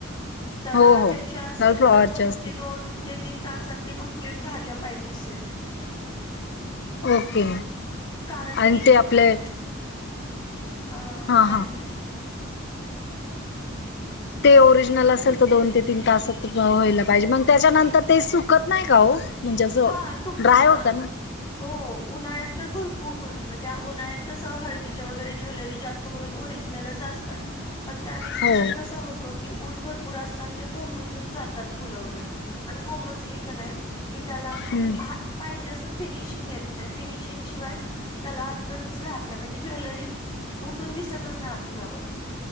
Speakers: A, on the left; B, on the left.
A: तर
B: हो हो
A: त्याची असेल
B: नल फ्लॉवरचे
A: तर तुमची
B: असते
A: दोन ते तीन तासात ते कंप्लीट झालं पाहिजे सेट
B: ओके
A: कारण
B: आणि
A: की
B: ते आपले
A: अ
B: हा
A: काय
B: हा
A: म्हणलं
B: ते ओरिजिनल असेल तर दोन ते तीन तासात व्हायला पाहिजे, मग त्याच्यानंतर ते सुकत नाही का हो? म्हणजे असं
A: हा सुकतो
B: ड्राय होता ना?
A: हो उन्हाळ्यात तर भरपूर म्हणजे उन्हाळ्यात कसं हळदीच्या वगैरे ज्वेलरी जास्त ओरिजिनल असतात पण त्यावेळी
B: हो
A: विषय कसा होतो तो, की ऊन भरपूर असतना ते कोमेजून जातात फुलं वगैरे अन कोमजली कीं नाही मग त्याला
B: हम्म.
A: हात पाहिजे असं फिनिशिंग येत नाही फिनिशिंग शिवाय त्याला अर्थच राहत नाही, म्हणजे ज्वेलरी उठून दिसतच नाही आपल्यावर.